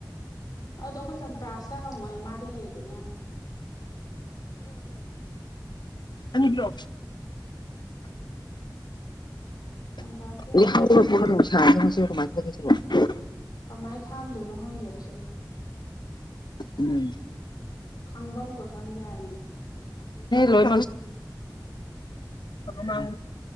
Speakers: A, on the left; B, on the left.
A: ꯑꯗꯨꯗꯣ ꯑꯩꯈꯣꯏ ꯆꯝꯄ꯭ꯔꯁꯤꯇ ꯍꯪꯉꯣꯏ ꯃꯥꯗꯤ ꯍꯩꯕꯅꯦ
B: ꯑꯅꯤ ꯀꯣ
A: ꯆꯝꯄ꯭ꯔꯥꯁꯇꯤ
B: ꯁꯦ
A: ꯌꯥꯝ ꯍꯩꯕꯅꯦ ꯀꯃꯥꯏ ꯈꯥꯡꯗꯣꯏꯅꯣ ꯈꯪꯗꯦꯕ ꯁꯤꯕꯨ
B: ꯎꯝ
A: ꯈꯪꯕ ꯑꯃꯒ ꯈꯪꯗꯦ ꯍꯥꯏꯕꯅꯤ
B: ꯂꯣꯏ ꯃ